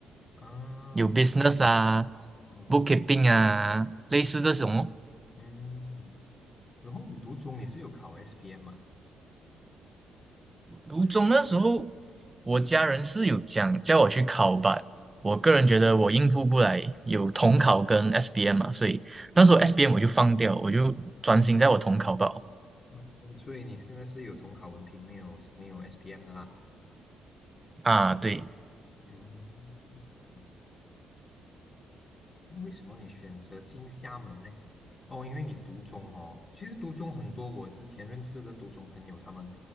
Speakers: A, on the left; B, on the right.
A: 啊，
B: 有
A: 你
B: business 啊
A: 嗯
B: ，bookkeeping 啊，类似这种哦。
A: 嗯，然后你读中你是有考 SPM 嘛？
B: 读中那时候，我家人是有讲叫我去考吧，我个人觉得我应付不来，有统考跟 SBM 嘛，所以那时候 SBM 我就放掉，我就专心在我统考吧。
A: 嗯，所以你现在是有统考文凭，没有没有 SPM 的啦。
B: 啊，对，
A: 嗯嗯为什么你选择进厦门呢？哦，因为你读中哦，其实读中很多，我之前认识的读中朋友，他们